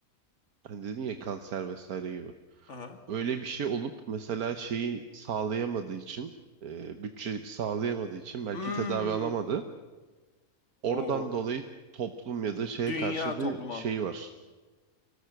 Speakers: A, on the right; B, on the left.
A: hani dedin ya kanser vesaire gibi.
B: Aha.
A: Öyle bir şey olup mesela şeyi sağlayamadığı için e, bütçe sağlayamadığı için belki
B: Hmm,
A: tedavi alamadı. Oradan
B: o
A: dolayı toplum ya da şeye
B: dünya
A: karşı bir
B: topluma.
A: şey var.